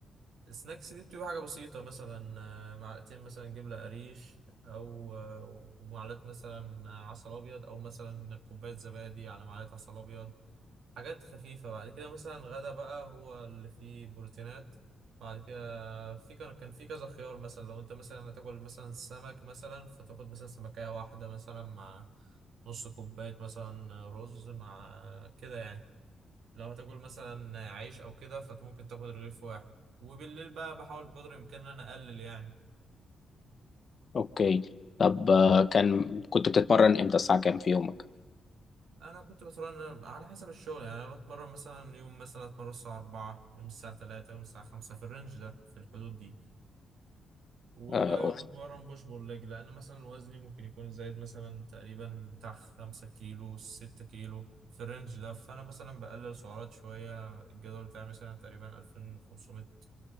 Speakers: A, on the right; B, on the left.
A: السناكس دي بتبقى حاجة بسيطة مثلا آه، معلقتين مثلا جبنة قريش أو آه، ومعلقة مثلا عسل أبيض أو مثلا كوباية زبادي على معلقة عسل أبيض حاجات خفيفة بعد كده مثلا غدا بقى هو اللي فيه بروتينات بعد كده في كان كان في كذا خيار مثلا لو انت مثلا هتاكل مثلا سمك مثلا فتاخد مثلا سمكية واحدة مثلا مع نص كوباية مثلا رز مع كده يعني لو هتاكل مثلا عيش او كده فممكن تاخد رغيف واحد وبالليل بقى بحاول بقدر الامكان ان انا اقلل يعني
B: اوكي طب آه، كان كنت بتتمرن امتى الساعة كام في يومك
A: انا كنت بتمرن على حسب الشغل يعني انا بتمرن مثلا يوم مثلا اتمرن الساعة 4 يوم الساعة 3 يوم الساعة 5 في الرينج ده في الحدود دي وغالبا
B: آه،
A: بتمرن بوش بول ليج لان مثلا وزني ممكن يكون زايد مثلا تقريبا بتاع خمسة كيلو ستة كيلو في الرينج ده فانا مثلا بقلل سعرات شوية الجدول بتاعي مثلا تقريبا 2500